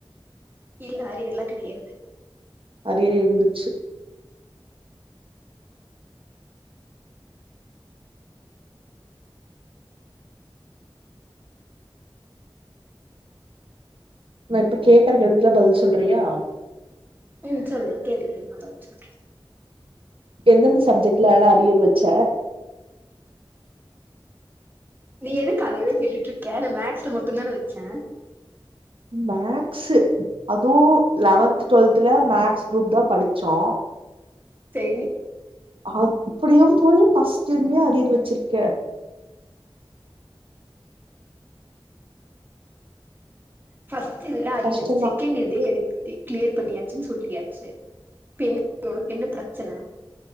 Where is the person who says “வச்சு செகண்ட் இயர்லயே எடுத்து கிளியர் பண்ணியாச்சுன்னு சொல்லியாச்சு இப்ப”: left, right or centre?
Right